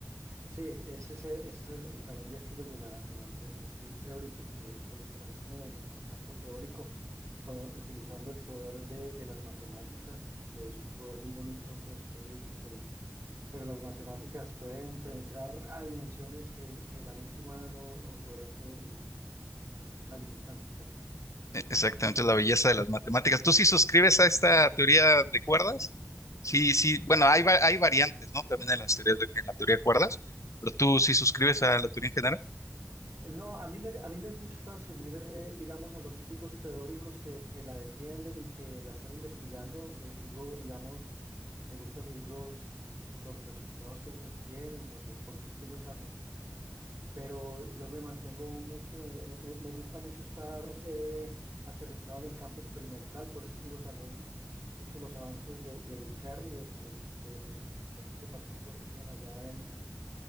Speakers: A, on the right; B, on the left.
A: Sí, ese, es- ese es el, el talón de Aquiles de, la, de, la- de String Theory porque se, se mantiene en el, en el campo teórico con- utilizando el poder de, de las matemáticas, que es un poder muy bonito, pues muy útil, pero, pero las matemáticas pueden penetrar a dimensiones que, que la mente humana no, no podrá hacer y esa es la limitante, ¿cierto?
B: E- Exactamente, la belleza de las matemáticas. ¿Tú sí suscribes a esta teoría de cuerdas? Sí, sí, bueno, hay, va- hay variantes, ¿no? También en las teorías de- en la teoría de cuerdas, pero tú sí suscribes a la teoría en general
A: No, a mí me, a mí me gusta seguir, eh, digamos, a los físicos teóricos que, que la defienden y que la están investigando. Eh, sigo, digamos, me gusta seguir los, los resultados que ellos obtienen, los reportes que ellos hacen, pero yo me mantengo mucho, de- eh, me, me gusta mucho estar eh, aterrizado en el campo experimental, por eso sigo también mucho los avances de- del CERN, de- de- que- el ciclotrón de partículas que tienen allá en, en-